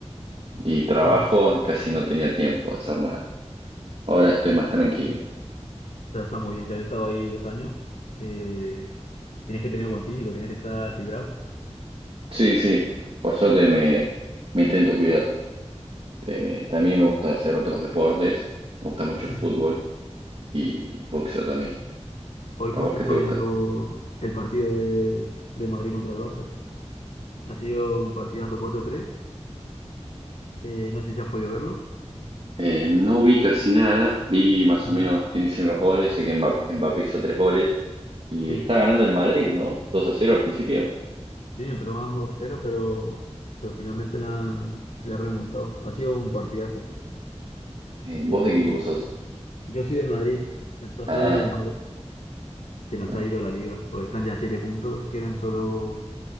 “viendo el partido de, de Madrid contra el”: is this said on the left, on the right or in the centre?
Left